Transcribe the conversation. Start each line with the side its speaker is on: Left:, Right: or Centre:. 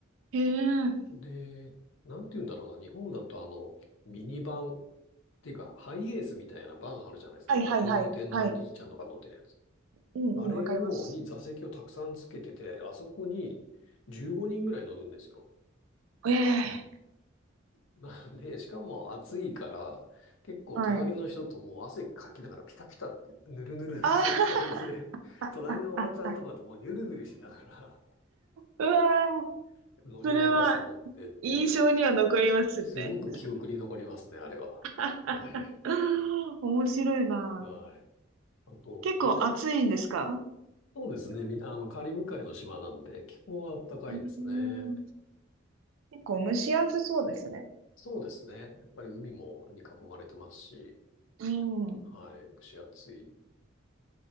Right: ええ
Left: で、なんて言うんだろうな、日本だとあの、ミニバンっていうか、ハイエースみたいなバンあるじゃないですか。
Right: はい、
Left: あの、
Right: はい、
Left: 工務店のおじいちゃんとか乗ってるやつ。
Right: はい。はい。うんうん、
Left: あれを、
Right: わかります。
Left: に座席をたくさんつけてて、あそこに15人ぐらい乗るんですよ。
Right: ええ
Left: <laughs> なんで、しかも暑いから、結構隣の人ともう汗かきながらピタピタ、
Right: はい。
Left: ぬるぬるの状態で、
Right: ああ、
Left: 隣のおばちゃんとかともうニュルニュルしながら
Right: あ、あ、あ、うわー、
Left: <laughs> 乗り合いバス乗ってっていう、
Right: それは印象には残りますね。
Left: すごく記憶に残りますね、あれは。
Right: <laughs>
Left: はい。
Right: 面白いな。
Left: はい。あと、
Right: 結構暑いんですか
Left: あれ、そうですね、みんな、あの、カリブ海の島なんで、気候は暖かいですね。
Right: うーん、結構蒸し暑そうですね。
Left: そうですね。やっぱり海もに囲まれてますし、
Right: うん、
Left: はい、蒸し暑いで